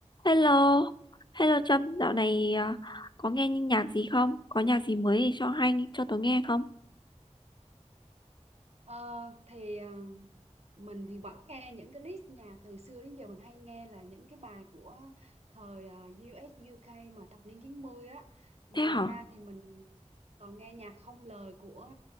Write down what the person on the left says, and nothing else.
Hello, hello Trâm, dạo này à, có nghe những nhạc gì không? Có nhạc gì mới để cho hay cho tớ nghe không?
Thế hả?